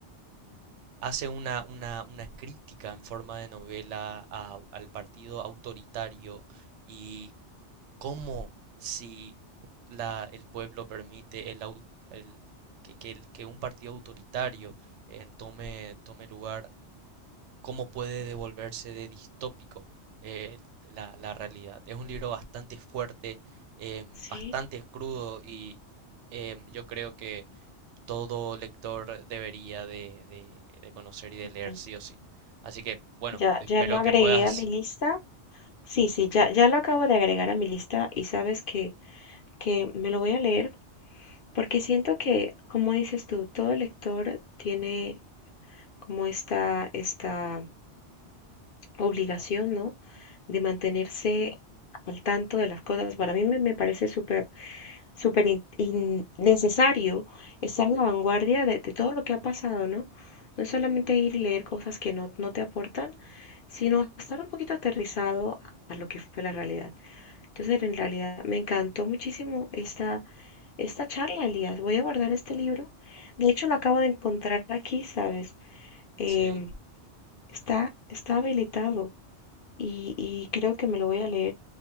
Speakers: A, on the right; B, on the left.
A: hace una, una, una crítica en forma de novela a- al partido autoritario y ¿Cómo si la, el pueblo permite el, au- el- que, que el- que un partido autoritario eh, tome, tome lugar? ¿Cómo puede devolverse de distópico eh, la, la realidad? Es un libro bastante fuerte, em,
B: sí,
A: bastante crudo y em, yo creo que todo lector debería de, de de conocer y de
B: Enten-
A: leer sí o sí. Así que, bueno,
B: Ya,
A: espero
B: ya lo agregué
A: que puedas...
B: a mi lista. Sí, sí, ya, ya lo acabo de agregar a mi lista y sabes que, que me lo voy a leer porque siento que, como dices tú, todo lector tiene como esta, esta obligación, ¿no? De mantenerse al tanto de las cosas. Para mí me, me parece súper súper in- in- necesario estar en la vanguardia de, de todo lo que ha pasado, ¿no? No es solamente ir y leer cosas que no, no te aportan, sino estar un poquito aterrizado a lo que fue la realidad. Entonces, en realidad, me encantó muchísimo esta, esta charla, Elías. Voy a guardar este libro. De hecho, lo acabo de encontrar aquí, ¿sabes? Em,
A: Sí,
B: está, está habilitado y, y creo que me lo voy a leer.